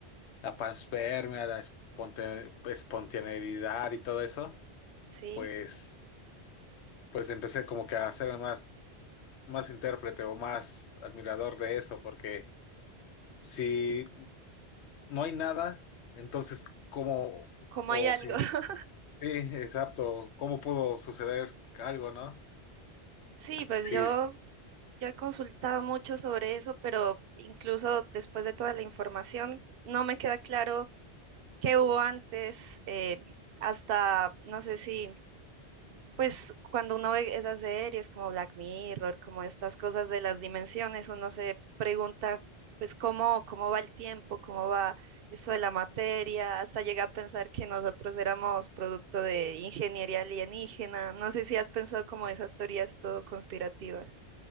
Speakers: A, on the left (about 85°); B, on the right (about 65°).
A: la panspermia, la esponte- espontaneidad y todo eso,
B: sí,
A: pues, pues empecé como que a hacerme más, más intérprete o más admirador de eso, porque si no hay nada, entonces, ¿cómo?
B: como
A: O
B: hay algo.
A: si
B: <laughs>
A: Sí, exacto. ¿Cómo pudo suceder algo, no?
B: Sí, pues
A: Sí,
B: yo Yo he consultado mucho sobre eso, pero incluso después de toda la información, no me queda claro qué hubo antes, eh, hasta, no sé si, pues cuando uno ve esas series como Black Mirror, como estas cosas de las dimensiones, uno se pregunta, pues cómo, cómo va el tiempo, cómo va esto de la materia, hasta llega a pensar que nosotros éramos producto de ingeniería alienígena. No sé si has pensado como esas teorías todo conspirativas.